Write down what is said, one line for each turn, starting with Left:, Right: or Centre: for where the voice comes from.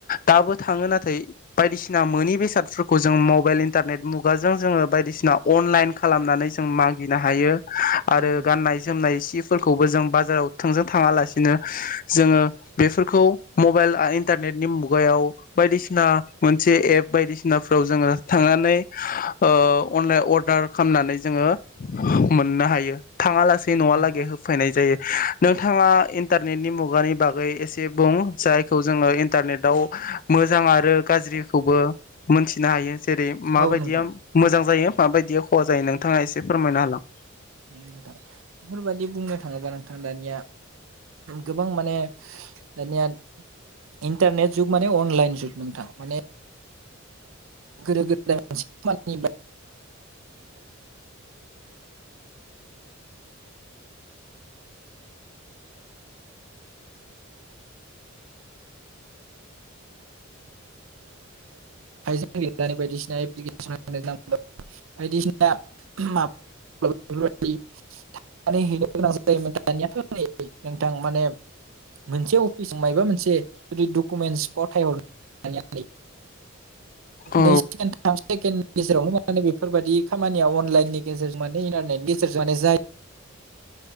Left: दाबो थाङो नाथाय बायदिसिना मोनि बेसाद फोरखौ जों मबाइल इन्टारनेट खुगाजों जोङो बायदिसिना अनलाइन खालामनानै जों मागिनो हायो। आरो
Right: औ नोंथां
Left: गाननाय जोमनाय इसे फोरखौबो जों बाजाराव थोंजों थाङालासिनो जोङो बेफोरखौ मबाइल इन्टारनेटनि मुगायाव बायदिसिना मोनसे एप बायदिसिनाफ्राव जोङो थांनानै अनलाइन अर्डार खालामनानै जोङो मोननो हायो। थाङा लासेै न'वालागै
Right: औ नोंथां
Left: होफैनाय जायो। नों नोंथाङा इन्टारनेटनि मुगानि बागै एसे बुं जायखौ जोङो इन्टारनेटाव मोजां आरो गाज्रिखौबो मोनथिनो हायो। जेरै माबायदि?
Right: औ नोंथां
Left: बिदिया मोजां जायो। माबायदिया खहा जायो नोंथाङा एसे फोरमायनो होलां।
Right: <inaudible> थां बेफोरबायादि बुंनो थाङोबा नोंथां दानिया गोबां माने दानिया इन्टारनेट जुग माने अनलाइन जुग नोंथां माने गोदो गोदाय <inaudible> <unintelligible> <unintelligible> बायदिसिना एप्लिकेसन <inaudible> बायदिसिना मा <unintelligible> थांनानै हैनो गोनां जायोमोन दानियाथ नै नोंथां माने मोनसे अफिसाव मायबा मोनसे जुदि डकुमेन्टस फथायहर <inaudible> नै
Left: औ
Right: नै सेकेन थाम सेकेणडनि गेजेरावनो माने बेफोरबायदि खाम खामानिया अनलाइननि गेजेरजों माने इन्टारनेटनि गेजेरजों माने जायो।